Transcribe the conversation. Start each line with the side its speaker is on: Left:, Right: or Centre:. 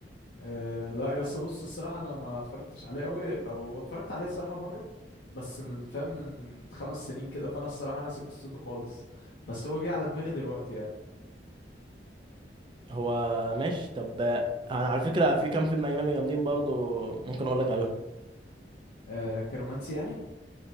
Left: أه لا يا اسطى بص الصراحه انا ما اتفرجتش عليه قوي او اتفرجت عليه الصراحه مره بس من فاهم من خمس سنين كده فانا الصراحه ناسي قصته خالص بس هو جه على دماغي دلوقتي يعني
Right: هو ماشي طب آه، انا على فكرة في كام فيلم اجنبي جامدين برضو ممكن اقول لك عليهم
Left: أه كرومانسي يعني